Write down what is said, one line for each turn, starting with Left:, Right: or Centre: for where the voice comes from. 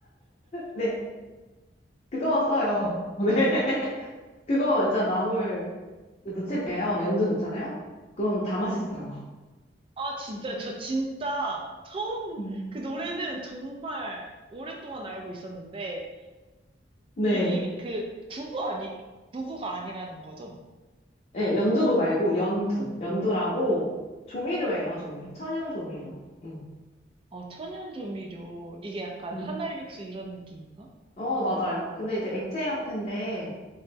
Left: 네, 그거 써요. <laughs> 네, 그거 진짜 나물 무칠 때요. 연두 넣잖아요. 그건 다 맛있어요.
Right: 아, 진짜, 저 진짜 처음
Left: 음.
Right: 그 노래는 정말 오랫동안 알고 있었는데,
Left: 네.
Right: 이게 그 부부 아니, 부부가 아니라는 거죠?
Left: 예, 연두부 말고 연두. 연두라고 조미료예요, 조미료. 천연 조미료. 음.
Right: 어, 천연조미료. 이게 약간
Left: 음.
Right: 한알육수 이런 느낌인가?
Left: 어, 맞아요. 근데 이제 액체 형태인데